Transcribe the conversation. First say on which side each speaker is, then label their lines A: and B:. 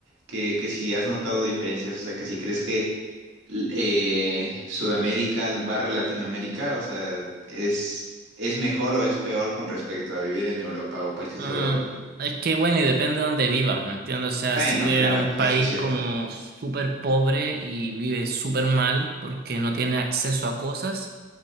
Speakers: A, on the right; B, on the right.
A: que, que si has notado diferencias, o sea, que si crees que l- eh, Sudamérica barra Latinoamérica, o sea, es, es mejor o es peor con respecto a vivir en Europa o países
B: Mm,
A: europeos.
B: es que bueno, y depende de dónde vivas, ¿me entiendes? O sea,
A: Bueno,
B: si vives
A: claro,
B: en un país
A: eso es cierto.
B: como súper pobre y vives súper mal porque no tienes acceso a cosas.